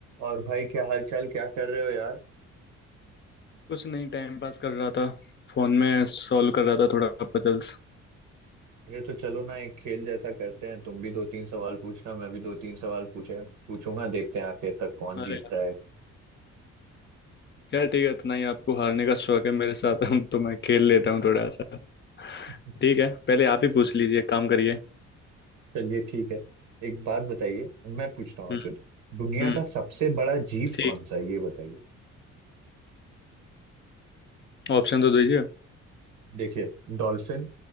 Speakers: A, on the right; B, on the left.
A: और भाई क्या हाल चाल क्या कर रहे हो यार
B: कुछ नहीं time pass कर रहा था फोन में सॉल्व कर रहा था थोड़ा पजल्स
A: अरे तो चलो ना एक खेल जैसा करते हैं तुम भी दो तीन सवाल पूछना मैं भी दो तीन सवाल पूछे पूछूंगा देखते हैं आखिर तक कौन
B: अरे
A: जीतता
B: यार
A: है
B: क्या ठीक है इतना ही आपको हारने का शौक है मेरे साथ हम तो मैं खेल लेता हूँ थोड़ा सा
A: <laughs>
B: ठीक है पहले आप ही पूछ लीजिए एक काम करिए
A: चलिए ठीक है एक बात बताइए मैं पूछता हूँ आपसे
B: हम्म
A: दुनिया
B: हम्म
A: का सबसे बड़ा जीव
B: ठीक
A: कौन सा है ये बताइए
B: ऑप्शन तो दीजिए
A: देखिए डॉल्फिन